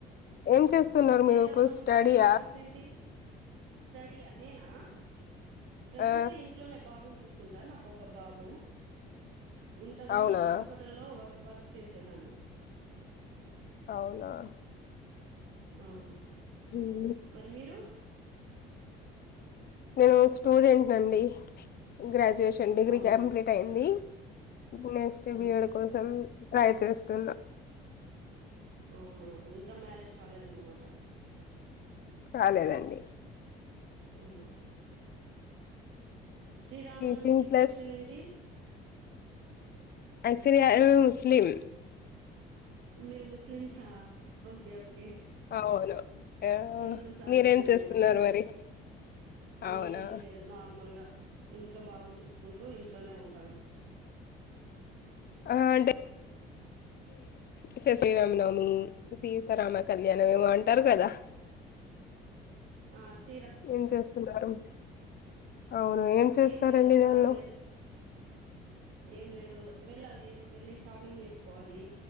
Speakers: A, on the left; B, on the right.
A: ఏం చేస్తున్నారు
B: శ్రీరామనవమికి
A: మీరు పుడు స్టడీ
B: ప్లానింగ్స్
A: ఆ
B: ఏంటి స్టడీయా నేనా ప్రజెంట్
A: ఆ
B: ఇంట్లోనే బాబుని చూసు ట నాకు ఒక బాబు ఇంతకు ముందు
A: అవునా
B: హాస్పిట లో వర్క్ చేసేదాని
A: అవునా
B: అవును
A: మ్మ్.
B: మరి మీరు
A: నేను స్టూడెంట్ నండి గ్రాడ్యుయేషన్ డిగ్రీ
B: అవునా
A: కంప్లీట్ అయింది నెక్స్ట్
B: ఆ
A: బియడ్ కోసం ట్రై చేస్తున్నా
B: అవునా ఇంకా మ్యారేజ్ కాలేదన్నమాట
A: కాలేదండి
B: అవునా శ్రీరామనమికి
A: టీచింగ్ ప్లస్
B: స్పెషల్ ఏంటి
A: ఆక్చులి ఆ మేం ముస్లిం
B: మీరు ముస్లిమ్స్ ఆ ఓకే ఓకే
A: అవును అ
B: హిందూస్ అనుకున్నా
A: మీరేం చేస్తున్నారు
B: నేను
A: మరి
B: నేనేం
A: అవునా
B: లేదు నార్మల్ గా ఇంట్లో బాబును చూసుకుంటూ ఇంట్లోనే ఉంటాను
A: ఆ అంటే ఇక శ్రీరామనవమి సీతారామ కళ్యాణం ఏమో అంటారు కదా
B: ఆ శ్రీ
A: ఏం చేస్తున్నారు అవును చేస్తారండి
B: ఏం లేదక్క
A: దానిలో
B: వ్య ఏం లేదు వెళ్ళాలి రేప్ వెళ్ళి షాపింగ్ చేసుకోవాలి